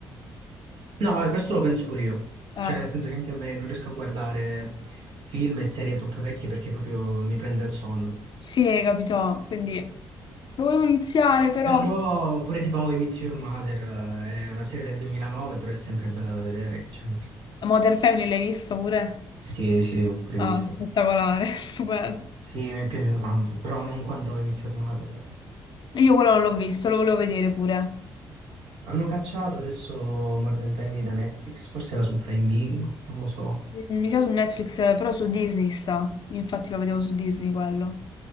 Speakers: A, on the right (about 75°); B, on the left (about 50°).
A: No, eh, questo lo penso pure io.
B: Eh,
A: Cioè, nel senso che anche a me non riesco a guardare film e serie troppo vecchie perché proprio mi prende il sonno.
B: sì, capito? Quindi lo volevo iniziare, però...
A: Però pure tipo How I Met Your Mother eh, è una serie del 2009, però è sempre bella da vedere, che c'entra.
B: Modern Family l'hai visto pure?
A: Sì, sì, ho previsto.
B: Ah, spettacolare, <laughs> stupendo.
A: Sì, mi è piaciuto tanto, però non quanto I Met Your Mother. guarda.
B: Io quello non l'ho visto, lo volevo vedere pure.
A: Hanno cacciato adesso Modern Family da Netflix, forse era su Prime Video, non lo so.
B: Mm, Mi sa su Netflix, eh, però su Disney sta. Infatti lo vedevo su Disney quello.